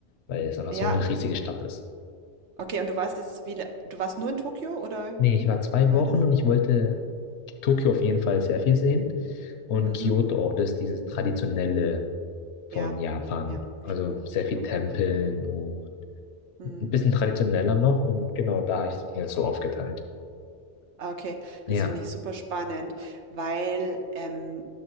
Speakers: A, on the left; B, on the right.
A: weil es einfach
B: ja.
A: so eine riesige Stadt ist.
B: Okay, und du warst jetzt wieder, du warst nur in Tokio oder
A: Nee,
B: wie?
A: ich war zwei
B: Wie war
A: Wochen
B: das?
A: und ich wollte Tokio auf jeden Fall sehr viel sehen. Und
B: Mhm.
A: Kyoto auch, das ist dieses traditionelle von
B: Ja,
A: Japan.
B: ich, ja,
A: Also
B: schon mal,
A: sehr
B: schon
A: viel
B: mal
A: Tempeln
B: gehört, ja.
A: und
B: Hm.
A: ein bisschen traditioneller noch und genau, da habe ich es mir so aufgeteilt.
B: Ah, Okay,
A: Ja,
B: das finde ich super spannend, weil ähm,